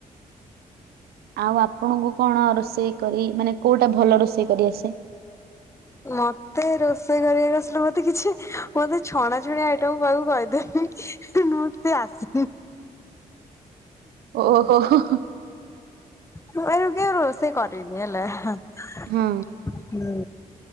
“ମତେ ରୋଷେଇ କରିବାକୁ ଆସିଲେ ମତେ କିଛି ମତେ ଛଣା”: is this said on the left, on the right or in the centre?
Left